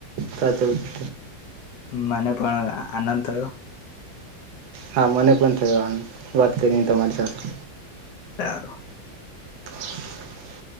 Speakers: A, on the right; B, on the left.
A: સાચવું છે.
B: મને પણ આનંદ થયો.
A: હા મને પણ થયો વાત કરીને તમારી સાથે.
B: સારું.
A: <inaudible>